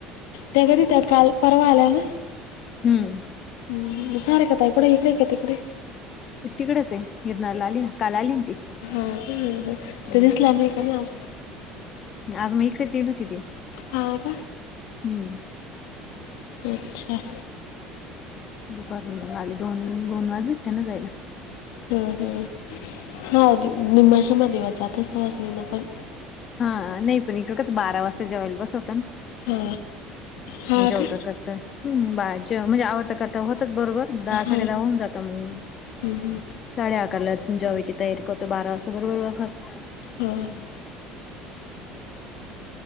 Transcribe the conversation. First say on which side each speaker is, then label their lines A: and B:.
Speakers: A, on the left (about 85°); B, on the left (about 40°).
A: त्या कधी त्या काल परवा आल्या ना.
B: हम्म
A: हम्, सारिका ताई कुठाय इकडे का तिकडे.
B: तिकडेच आहे इरणारार ला आली ना काल आली ती.
A: हा ह
B: हम्म
A: ते दिसला नाही कां ना आज.
B: आज मी इकडेच येल ती ती.
A: हां का
B: हम्म
A: अच्छा.
B: करून आली दोन दोन वाज त्यांना जायला.
A: हम्म हम्म हां मशीनमध्ये <unintelligible> दिवाचात सवयज नाही ना पण.
B: हां नई पण इकडं कस बारा वाजता जेवायला बसवता ना
A: हा हा हा
B: जेवता
A: का
B: कस. त हं बाय जे म्हणजे आवडता कर. होतच बरोबर दहा
A: हा
B: साडे दहा होऊन जात मग
A: हम्म.
B: साडे अकारला. जेवायची तयारी करतो बारा असं बरोबर बसात.
A: हम.